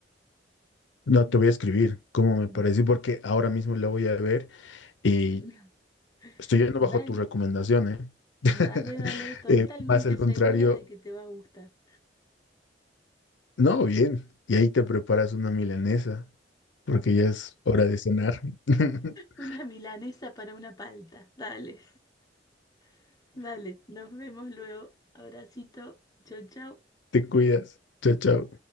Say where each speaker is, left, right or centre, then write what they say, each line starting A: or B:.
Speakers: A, on the left (about 80°); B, on the left (about 20°).
A: No, te voy a escribir cómo me
B: Mm.
A: pareció, porque ahora mismo la voy a ver y
B: <laughs>
A: estoy yendo
B: Dale.
A: bajo tu recomendación, ¿eh? <laughs>
B: Dale, dale, totalmente
A: Eh, más al
B: segura
A: contrario,
B: de que te va a gustar.
A: no, bien. Y ahí te preparas una milanesa, porque ya es hora de cenar. <laughs>
B: Una milanesa para una palta. Dale, <laughs> dale. Nos vemos luego. Abracito. Chau, chau.
A: Te cuidas. Chao, chao.